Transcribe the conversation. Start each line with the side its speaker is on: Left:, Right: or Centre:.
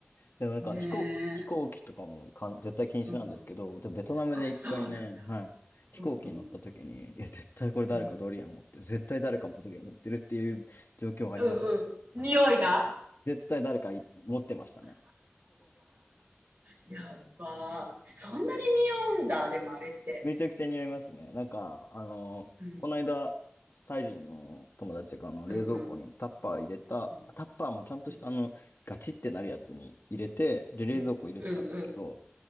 Left: でもなんか飛行機、
Right: ねえ。
Left: 飛行機とかもかん絶対禁止なんですけど、
Right: うんうん。
Left: でベトナムで一回ね、
Right: あ、そうなん。
Left: はい、
Right: うんうん。
Left: 飛行機に乗った時に、いや、絶対これ誰かドリアン持ってる、
Right: うん。
Left: 絶対誰かもドリアン持ってるっていう状況がありましたね。
Right: うんうん。匂いが
Left: はい、絶対誰かい持ってましたね。
Right: やばー。そんなに匂うんだ、でもあれって。
Left: めちゃくちゃ似合いますね。なんか、あの、
Right: うん。
Left: この間、タイ人の友達があの冷蔵庫にタッパー入れた、
Right: うんうん。うん。
Left: タッパーもちゃんとしたあの、
Right: うん。
Left: ガチってなるやつに入れて、で、冷蔵庫入れてたんですけど、
Right: うんうん。うん